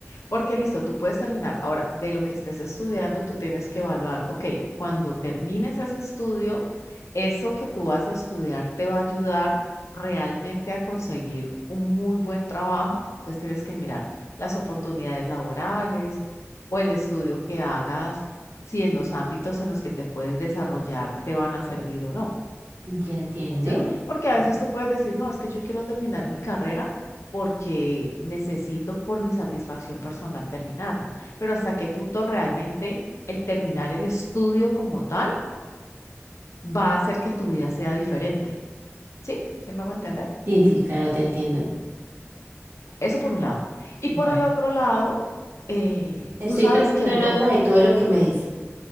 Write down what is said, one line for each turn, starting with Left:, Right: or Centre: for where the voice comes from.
Left: Porque listo, tú puedes terminar. Ahora, de lo que estés estudiando, tú tienes que evaluar, ok, cuando termines ese estudio, eso que tú vas a estudiar te va a ayudar realmente a conseguir un muy buen trabajo. Entonces tienes que mirar las oportunidades laborales o el estudio que hagas, si en los ámbitos en los que te puedes desarrollar te van a servir o no.
Right: Ya entiendo.
Left: ¿sí? Porque a
Right: Sí.
Left: veces tú puedes decir, no, es que yo quiero terminar mi carrera porque necesito por mi satisfacción personal terminarla, pero hasta qué punto realmente el terminar el estudio como tal va a hacer que tu vida sea diferente, ¿sí? ¿Sí me hago entender?
Right: Sí, sí, claro, te entiendo.
Left: Eso por un lado. Y
Right: Vale.
Left: por el otro lado, eh,
Right: Estoy
Left: tú sabes
Right: tomando
Left: que uno,
Right: nota de todo lo que me dice.